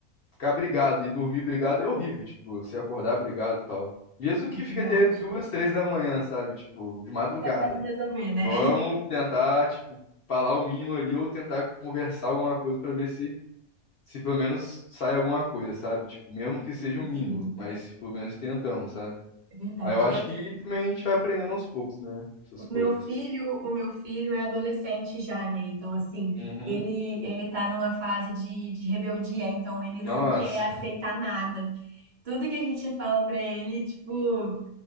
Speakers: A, on the left; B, on the right.
A: Ficar brigado e dormir brigado é horrível, tipo, você acordar brigado e tal. Mesmo que fique
B: Verdade.
A: até duas, três da manhã, sabe? Tipo, de madrugada.
B: Tentando resolver, né?
A: Vamos tentar, tipo, falar o mínimo ali ou tentar conversar alguma coisa pra ver se, se pelo menos sai alguma coisa, sabe? Tipo, mesmo que seja
B: <laughs>
A: o mínimo,
B: Sim,
A: mas pelo menos tentamos, sabe?
B: é verdade.
A: Aí eu acho
B: Eu
A: que também a gente vai aprendendo aos poucos, né? Essas
B: O
A: coisas.
B: meu filho, o meu filho é adolescente já, né? Então, assim,
A: Uhum.
B: ele ele tá numa fase de, de rebeldia, então ele não
A: Nossa.
B: quer aceitar nada. Tudo que a gente fala pra ele, tipo,